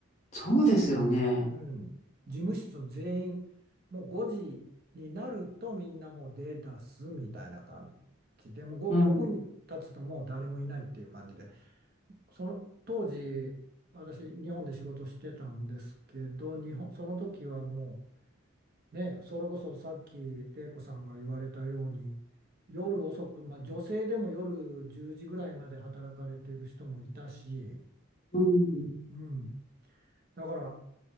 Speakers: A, on the left (about 30°); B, on the right (about 45°).
A: そうですよね。
B: うん、事務室全員もう5時になるとみんなもう出だすみたいな感じでもう
A: うん、
B: 5, 分経つともう誰もいないっていう感じでその当時私日本で仕事してたんですけど日本その時はもうねそれこそさっき玲子さんが言われたように夜遅く、まあ、女性でも夜10時ぐらいまで働かれてる人もいたし、
A: うん、
B: うん、だから